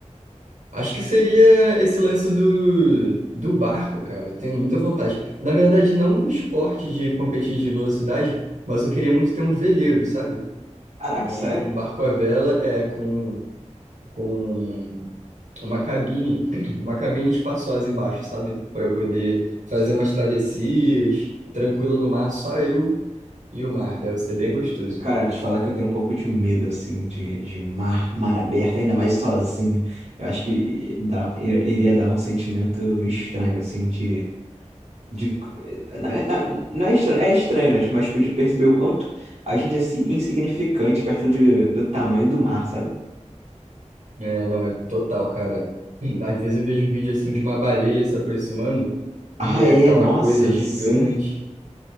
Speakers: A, on the right (about 80°); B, on the right (about 65°).
A: Acho que seria esse lance do, do barco, cara. Eu tenho muita vontade. Na verdade, não um esporte de competir de velocidade, mas eu queria muito ter um veleiro, sabe?
B: Caraca,
A: Um,
B: sério?
A: um barco à vela é, com, com uma cabine, <clears throat> uma cabine espaçosa embaixo, sabe? Para eu poder fazer
B: Sim.
A: umas travessias, tranquilo no mar, só eu e o mar. Deve ser bem gostoso.
B: Cara, te falar que eu tenho um pouco de medo, assim, de, de mar, mar aberto, ainda mais sozinho. Eu acho que i- dá- i- iria dar um sentimento estranho, assim, de. de na- na- não é estranho, é estranho, né? Tipo, Mas, tipo, de perceber o quanto a gente é assim, insignificante perto de, do tamanho do mar, sabe?
A: É, não, é total, cara. <clears throat> Hum, Às vezes eu vejo vídeo assim de uma baleia se aproximando
B: Ah,
A: e é
B: é,
A: aquela
B: nossa,
A: coisa gigante.
B: sim.